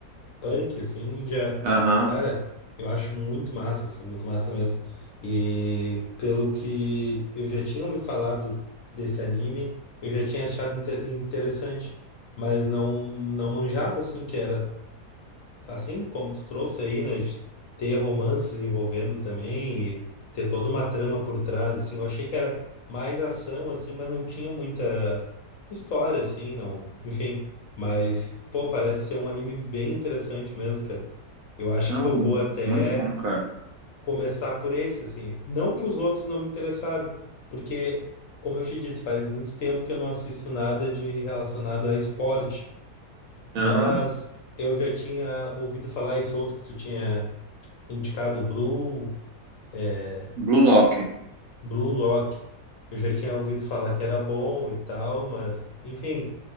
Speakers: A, on the left; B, on the right.
A: punk, assim, já.
B: Aham.
A: Cara, eu acho muito massa, assim, muito massa mesmo. E pelo que eu já tinha me falado desse anime, eu já tinha achado inte- interessante, mas não, não manjava, assim, que era assim como tu trouxe aí, né, de ter romances envolvendo também e ter toda uma trama por trás, assim, eu achei que era mais ação, assim, mas não tinha muita história, assim, não, enfim, mas, pô, parece ser um anime bem interessante mesmo, cara. Eu acho
B: Não,
A: que eu vou até
B: muito bom, cara.
A: começar por esse, assim, não que os outros não me interessaram, porque, como eu te disse, faz muito tempo que eu não assisto nada de relacionado a esporte,
B: Aham.
A: mas eu já tinha ouvido falar esse outro que tu tinha indicado, Blue, é,
B: Blue Lock.
A: Blue Lock. Eu já tinha ouvido falar que era bom e tal, mas enfim,